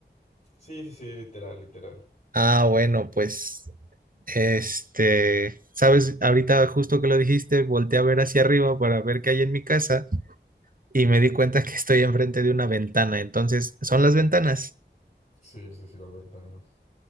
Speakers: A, on the left (about 45°); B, on the right (about 50°).
A: Sí, sí, sí, literal, literal.
B: Ah, bueno, pues, este, sabes, ahorita justo que lo dijiste, volteé a ver hacia arriba para ver qué hay en mi casa y me di cuenta que estoy enfrente de una ventana. Entonces, son las ventanas
A: Sí, sí, sí, las ventanas.